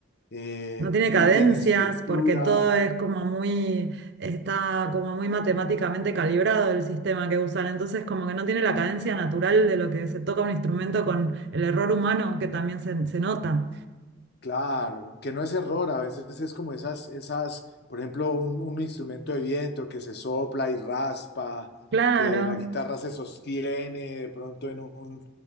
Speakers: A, on the left; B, on the right.
A: eh,
B: No tiene
A: no
B: cadencias
A: tiene estructura.
B: porque todo es como muy, está como muy matemáticamente calibrado el sistema que usan. Entonces como que no tiene la cadencia natural de lo que se toca un instrumento con el error humano que también se, se nota.
A: Claro, que no es error, a veces es como esas, esas, por ejemplo, un, un instrumento de viento que se sopla y raspa,
B: Claro.
A: que la guitarra se sostiene de pronto en un,